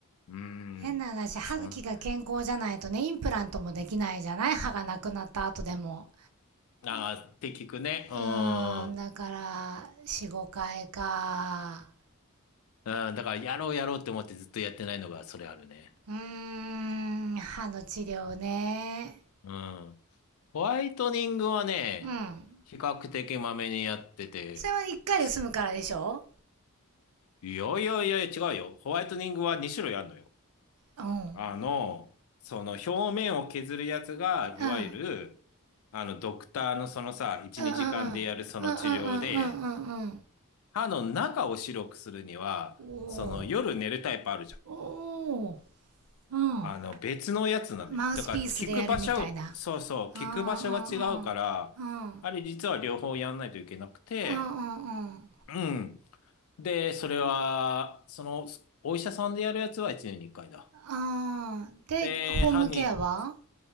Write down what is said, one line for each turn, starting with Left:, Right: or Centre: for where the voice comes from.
Left: うん。
Right: 変な話、
Left: うん。
Right: 歯茎が健康じゃないとね、
Left: そんな。
Right: インプラントもできないじゃない歯がなくなった後でも。
Left: ああ、って聞くね。うん。
Right: うーん、だから、4、5回か。
Left: うん、だから、やろうやろうって思ってずっとやってないのが、それあるね。
Right: うーん、歯の治療ね。
Left: うん。ホワイトニングはね、
Right: うん。
Left: 比較的まめにやってて、
Right: それは1回で済むからでしょ
Left: すいやいやいや違うよ。ホワイトニングは2種類あるのよ。
Right: うん。
Left: あの、その表面を削るやつが、
Right: うん。
Left: いわゆる、あの、ドクターのそのさ、1、
Right: うんうんうんうんうんうんうんうん
Left: 2時間でやるその治療で、歯の中を白くするには、
Right: おお
Left: その夜寝るタイプあるじゃん。
Right: おおうん
Left: あの、別のやつなのよ。
Right: マウスピースでやるみたいな
Left: だから、効く場所、そうそう、
Right: うんうんうんうんうん
Left: 効く場所が違うから、あれ実は両方やんないといけなくて、
Right: うんう
Left: うん。で、それは、その、お医者さんでやるやつは1年に1回だ。
Right: んうんでホームケアは
Left: で、犯人